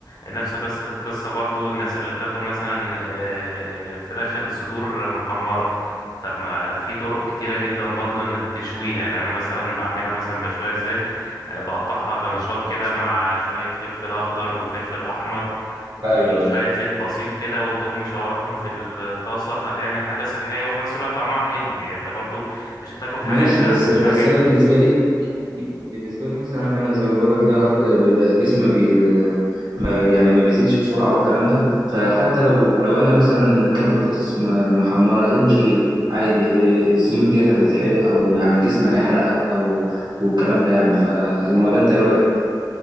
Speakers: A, on the left; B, on the right.
A: نفس بس القصة برضو الناس اللي بتاكل مثلا آه، فراخ الصدور محمرة طب ما في طرق كتيرة جدا برضو انك تشويها يعني انا مثلا بعملها مثلا بشويها ازاي آه، بقطعها تنشاط كده مع شوية فلفل اخضر وفلفل احمر وشوية
B: ايوه
A: زيت بسيط كده وتقوم مشوحهم في الطاسة فتعمل حاجة صحية وفي نفس الوقت طعمها حلو يعني انت برضو مش هتاكل حاجة
B: ماشي
A: انت
B: بس
A: مش
B: بس
A: عاجبها
B: انا بالنسبه لي بالنسبة لي مثلا أنا زي ما بقول لك كده هارد ده جسمي بي ما- يعني ما بيزيدش بسرعة والكلام ده فحتى لو لو أنا مثلا أكلت بطاطس م- محمرة إيه المشكلة؟ عادي إيه الزيوت ديت هتتحرق أو يعني جسمي هيحرقها أو والكلام ده يعني فالموضوع أنت إيه رأيك؟